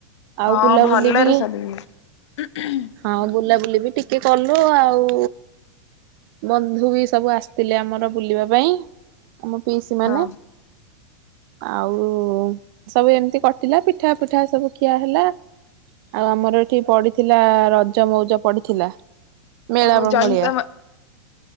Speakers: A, on the right (about 50°); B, on the left (about 70°).
A: ଆଉ
B: ହଁ
A: ବୁଲାବୁଲି
B: ଭଲରେ
A: ବି
B: ସରିବି ହୁଁ
A: ହଁ ବୁଲାବୁଲି ବି ଟିକେ କଲୁ ଆଉ ବନ୍ଧୁ ବି ସବୁ ଆସିଥିଲେ ଆମର ବୁଲିବା ପାଇଁ। ଆମ ପିଇସି ମାନେ
B: ହୁଁ
A: ଆଉ ଆଉ ସବୁ ଏମିତି କଟିଲା ପିଠା ପିଠା ସବୁ ଖିଆ ହେଲା ଆଉ ଆମର ଏଠି ପଡିଥିଲା ରଜ ମଉଜ ପଡିଥିଲା। ମେଳା
B: ଓହୋ ଜନତା
A: ଭଳିଆ